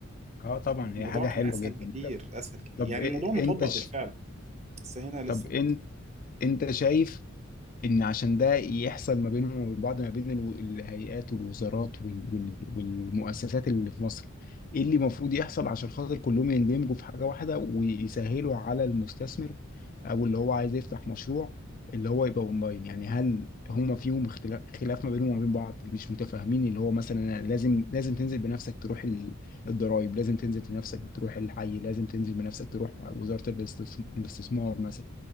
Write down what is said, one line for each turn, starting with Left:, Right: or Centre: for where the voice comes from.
Left: اه طبعا
Right: الموضوع
Left: هي حاجه
Right: كان
Left: حلوه
Right: اسهل
Left: جدا
Right: كتير
Left: طب
Right: اسهل كتير
Left: طب
Right: يعني
Left: إيه-
Right: الموضوع مطبق
Left: انت ش...
Right: بالفعل بس هنا
Left: طب
Right: لسه
Left: انت انت شايف ان عشان ده يحصل ما بينهم وبين بعض ما بين الو- الهيئات والوزارات وال- وال- والمؤسسات اللي في مصر ايه اللي المفروض يحصل عشان خاطر كلهم يندمجوا في حاجة واحدة ويسهلوا على المستثمر او اللي هو عايز يفتح مشروع اللي هو يبقى اونلاين يعني هل هما فيهم اختلاف خلاف ما بينهم وما بين بعض مش متفاهمين اللي هو مثلا أنا لازم لازم تنزل بنفسك تروح ال- الضرايب لازم تنزل بنفسك تروح الحي لازم تنزل بنفسك تروح وزارة الاستثم- الاستثمار مثلا